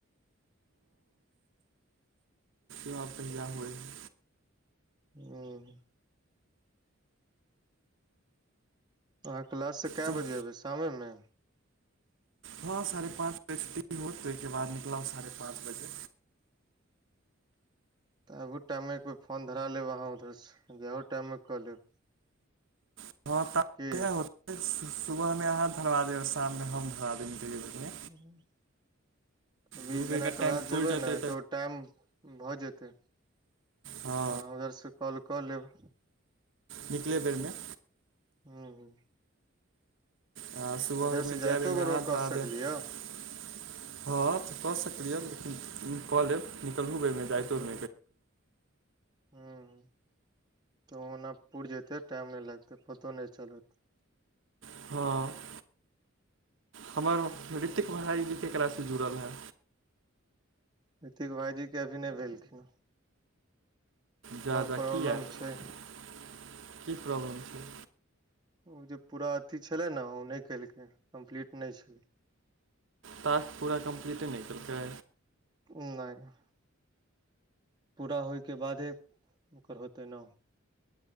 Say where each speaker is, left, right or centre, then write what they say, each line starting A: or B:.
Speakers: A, on the right; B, on the right.
A: जब प होए <unintelligible>
B: हूॅं अहाँ क्लाससँ कए
A: तऽ
B: बजे अयबै, शामेमे?
A: हॅं, साढ़े पाँच बजे छुट्टी होइत तॅं ओहिके बाद निकलब साढ़े पाँच बजे
B: तऽ आबहू टाइमे एक बेर फोन धरा लेब अहाँ उधरसे, जाहू टाइमे कऽ लेब
A: <unintelligible>
B: की
A: सुबहमे अहाँ धरा देब शाममे हम धरा निकलै
B: <unintelligible>
A: बेरमे
B: अभी
A: दू बेरके
B: जेना क्लास
A: टाइम
B: जेबै
A: पुरि जेतै
B: न तऽ ओ टाइम भऽ जेतै
A: हँ
B: तऽ अहाँ उधर स कॉल कऽ लेब्
A: निकले बेर मे
B: <inaudible>
A: हँ सुबहमे
B: इधरसँ जाइतो
A: जाय बेर में
B: बेरमे
A: अहाँ
B: कऽ
A: धरा
B: सकलियै
A: देब <unintelligible> हँ तऽ कऽ सकैय लेकिन कऽ लेब निकलहु बेर
B: ह्म
A: जाइतो <unintelligible>
B: <inaudible> तऽ ओना पुर जैतै टाइम न लगतै पतो न चलत
A: <inaudible> हमर रितिक भाई जी केकरा स जुड़ल है
B: रितिक भाइजी क अभी न भेलखिन हँ
A: ज्यादा
B: प्रॉब्लम
A: किया <unintelligible>
B: छै
A: की प्रॉब्लम छै
B: ओ जे पूरा अथी छलै न ओ ने केलकै कम्प्लीट न छलै
A: टाक्स पूरा कम्पलिट न कयेलकै
B: न <unintelligible> पूरा होइ के बादे ओकर होतै न